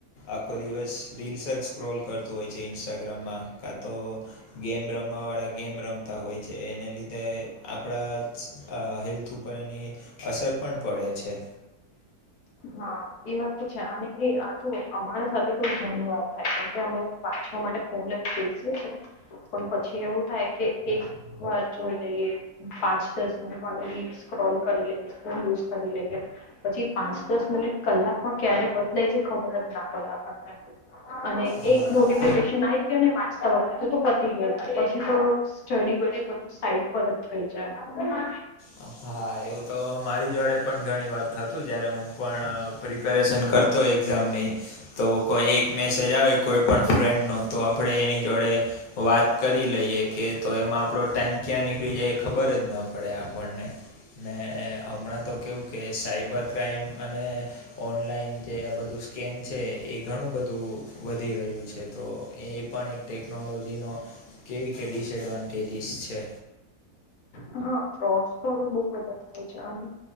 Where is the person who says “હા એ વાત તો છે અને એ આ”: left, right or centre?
Left